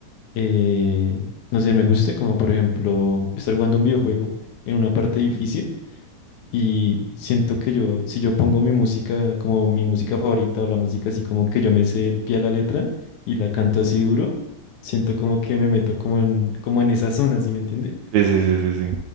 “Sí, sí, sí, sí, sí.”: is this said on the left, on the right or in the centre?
Right